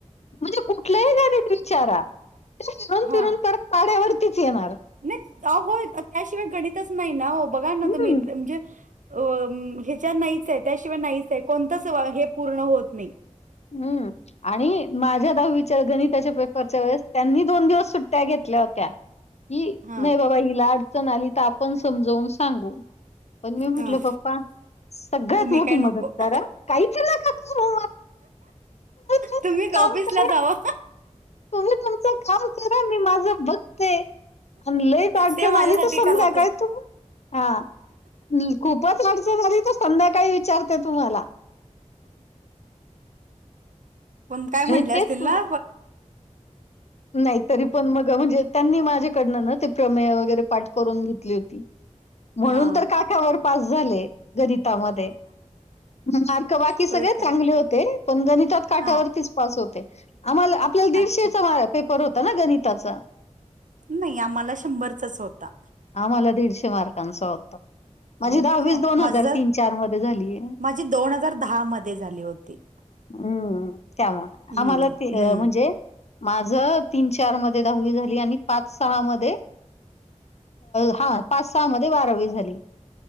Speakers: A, on the left; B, on the right.
A: म्हणजे कुठल्याही गणीत विचारा, ते फिरून
B: हा
A: फिरून परत पाड्यावरतीच येणार.
B: नाही. होय. त्याशिवाय गणितच नाही ना हो बघा ना
A: हम्म.
B: तुम्ही म्हणजे, हो. अ ह्याच्या नाहीच आहे त्याशिवाय नाहीच आहे. कोणतच हे पूर्ण होत नाही.
A: हम्. आणि माझ्या दहावीच्या गणिताच्या पेपरच्या वेळेस त्यांनी दोन दिवस सुट्ट्या घेतल्या होत्या.
B: <inaudible>
A: ही,
B: हा
A: नाही बाबा हिला अडचण आली तर आपण समजवून सांगू. पण मी म्हटलं,
B: हा
A: पप्पा सगळ्यात
B: तुम्ही
A: मोठी
B: काय नको
A: मदत करा. काहीच नका करू. तुमचं
B: तुम्ही
A: काम
B: ऑफिस
A: करा
B: ला जावा.
A: तुम्ही तुमचं काम करा. मी माझ बघते. आणि लईच अडचण
B: ते माझ्यासाठी
A: आली तर संध्याकाळी
B: करा
A: तुम्ही हा. खूपच अडचण आली तर संध्याकाळी विचारते तुम्हाला.
B: पण काय म्हटले
A: आणि
B: असतील
A: तेच
B: ना.
A: नाही तरी पण मग म्हणजे त्यांनी माझ्याकडनं ना ते प्रमेय वगैरे पाठ करून घेतली होती. म्हणून
B: हा
A: तर काठावर पास झाले, गणितामध्ये. मार्क बाकी सगळे्यात
B: होय काय
A: चांगले होते पण गणितात काठावरतीच.
B: हा
A: पास होते. आम्हाला आपल्याला दीडशेचा
B: अच्छा
A: पेपर होता ना गणिताचा.
B: नाही आम्हाला शंभरचाच होता.
A: आम्हाला दीडशे मार्कांचं होता. माझी
B: हो
A: दहावीच
B: काय
A: दोन
B: माझं
A: हजार तीन चार मध्ये झालीय.
B: माझी दोन हजार दहा मध्ये झाली होती.
A: हम्म. त्यामुळे
B: हम्म
A: आम्हाला ते
B: हम्म
A: म्हणजे, माझ तीन चार मध्ये दहावी झाली आणि पाच सहा मध्ये, हा पाच सहा मध्ये बारावी झाली.